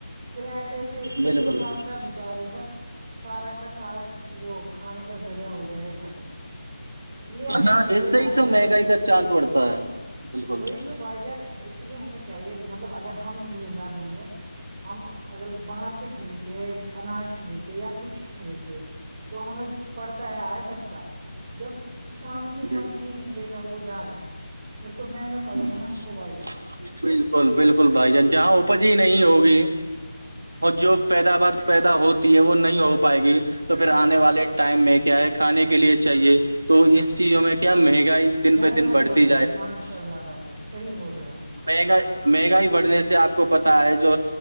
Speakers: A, on the right; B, on the right.
A: پھر ایسے ایسے سے
B: بالکل
A: اس کسان کا بچ چارے کا سارا کا سارا وہ کھانے کا ذریعہ ہو جائے گا ختم اس لیے ہمیں
B: ہاں
A: چاہیے
B: اس سے
A: بھائی
B: ہی
A: جان
B: مہنگائی کا چانس بڑھتا ہے بالکل
A: وہی تو بھائی جان اس لیے ہمیں چاہیے مطلب اگر ہم زمین دار نہیں ہے ہم اگر باہر سے خرید اناج خرید یا کچھ خرید تو ہمیں پڑتا ہے آئے سستا جب کسانوں کے
B: جی
A: پاس نہیں نکلے گا وہ زیادہ پھر تو مہنگا پڑے
B: ہ
A: گا نا ہم کو بائی جان
B: بالکل بکل بالکل بھائی جان جہاں اپج ہی نہیں ہوگی جو پیداوار پیدا ہوتی ہے وہ نہیں ہو پائے گی تو پھر آنے والے ٹائم میں کیا ہے کھانے کے لیے چاہیے تو اس چیزوں میں کیا مہنگائی دن
A: مہنگائی
B: پہ دن بڑھتی
A: بڑھ جائے گی ماشا اللہ بھائی جان صحیح بول رہے ہو آپ
B: مہنگا مہنگائی بڑھنے سے آپ کو پتا ہے جو